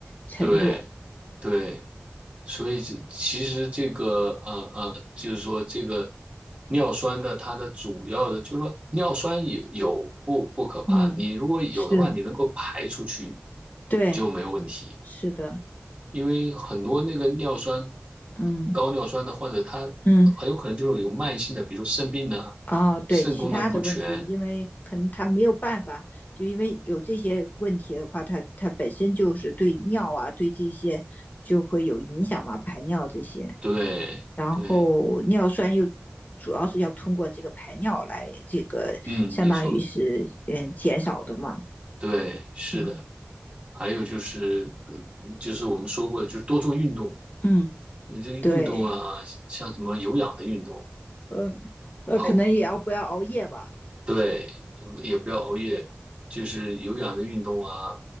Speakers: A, on the left; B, on the right.
A: 程度。
B: 对对，所以这其实这个呃呃，就是说这个尿酸的它的主要的，就是说尿酸有有不不可怕，
A: 嗯，
B: 你如果有的话，
A: 是，
B: 你能够排出去，
A: 对，
B: 你就没有问题。
A: 是的，
B: 因为很多那个尿酸
A: 嗯
B: 高尿酸的患者，他很有可能就是有慢性的，
A: 嗯，
B: 比如肾病呐、
A: 哦，对，
B: 肾功能不全。
A: 其他的问题，因为可能他没有办法，就因为有这些问题的话，他他本身就是对尿啊，对这些就会有影响嘛，排尿这些，
B: 对对，
A: 然后尿酸又主要是要通过这个排尿来这个相当于是嗯减少的嘛，
B: 嗯，没错，对，是的。
A: 嗯
B: 还有就是，呃就是我们说过的，就是多做运动。
A: 嗯，
B: 你这个运动啊，
A: 对，
B: 像什么有氧的运动，
A: 嗯呃，
B: 跑，
A: 可能也要不要熬夜吧，
B: 对，也不要熬夜，就是有氧的运动啊，